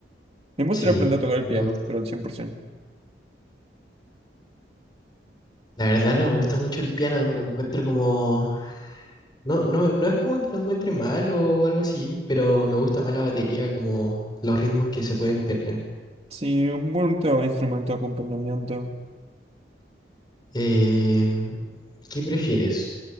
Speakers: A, on the right (about 35°); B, on the left (about 25°).
A: Me gustaría
B: Sí,
A: aprender a tocar el
B: me
A: piano,
B: gusta.
A: pero al 100%.
B: La verdad no me gusta mucho el piano, lo encuentro como... No, no, no es como que lo encuentre mal o algo así, pero me gusta más la batería, como los ritmos que se pueden tener.
A: Sí, un bonito instrumento de acompañamiento.
B: Eh, ¿qué prefieres?